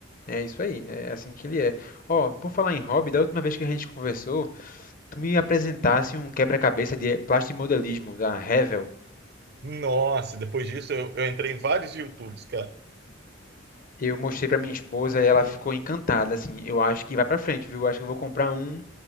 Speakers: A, on the left; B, on the right.
A: É isso aí, é assim que ele é. Ó, por falar em hobby, da última vez que a gente conversou, tu me apresentasse um quebra-cabeça de plastimodelismo da Revell.
B: Nossa, depois disso eu, eu entrei em vários YouTubes, cara.
A: Eu mostrei pra minha esposa e ela ficou encantada, assim. Eu acho que vai pra frente, viu? Eu acho que eu vou comprar um,